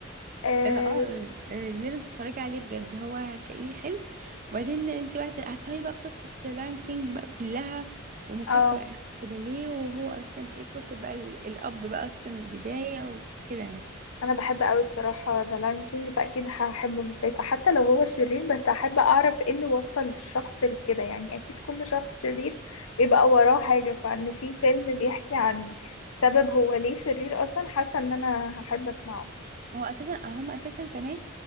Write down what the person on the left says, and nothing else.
اه,
آه
انا بحب قوي بصراحة ذا لاين كينج فاكيد هحب مفاسة حتى لو هو شرير بس هحب اعرف ايه اللي وصل الشخص لكده يعني اكيد كل شخص شرير بيبقى وراه حاجة فان في فيلم بيحكي عن سبب هو ليه شرير اصلا حاسة ان انا هحب اسمعه